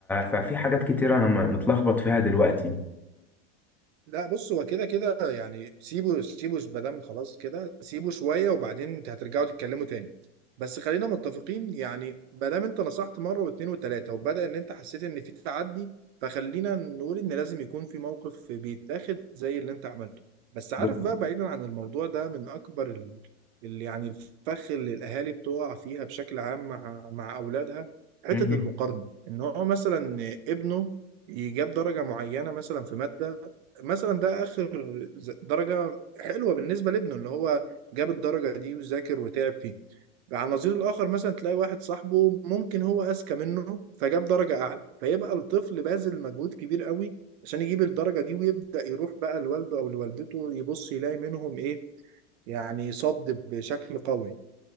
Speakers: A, in the centre; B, on the right.
A: ففي حاجات كتير انا م- متلخبط فيها دلوقتي
B: لا بص هو كده كده يعني سيبه سيبه مادام خلاص كده سيبه شويه وبعدين انت هترجعوا تتكلموا تاني بس خلينا متفقين يعني ما دام انت نصحت مره واثنين وثلاثه وبدا ان انت حسيت ان في تعدي فخلينا نقول ان لازم يكون في موقف بيتاخد زي اللي انت عملته بس عارف
A: بت-
B: بقى بعيدا عن الموضوع ده من اكبر ال... ال... يعني الفخ اللي الاهالي بتقع فيها بشكل عام مع مع اولادها حته
A: مم.
B: المقارنه ان هو مثلا ابنه يجاب درجه معينه مثلا في ماده مثلا ده اخر ز- درجه حلوه بالنسبه لابنه اللي هو جاب الدرجه دي وذاكر وتعب فيه على النظير الاخر مثلا تلاقي واحد صاحبه ممكن هو اذكى منه فجاب درجه اعلى فيبقى الطفل باذل مجهود كبير قوي عشان يجيب الدرجه دي ويبدا يروح بقى لوالده او لوالدته يبص يلاقي منهم ايه يعني صد بشكل قوي